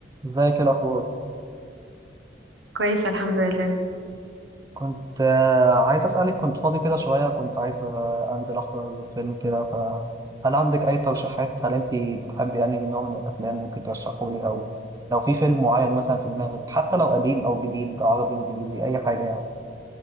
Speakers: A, on the right (about 20°); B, on the right (about 80°).
A: ازيك ايه الاخبار
B: كويسة الحمد لله
A: كنت آه، عايز اسالك كنت فاضي كده شويه كنت عايز آه، انزل احضر فيلم كده فهل عندك اي ترشيحات هل انت بتحبي يعني نوع من الافلام ممكن ترشحه لي او لو في فيلم معين مثلا في دماغك حتى لو قديم او جديد عربي انجليزي اي حاجه يعني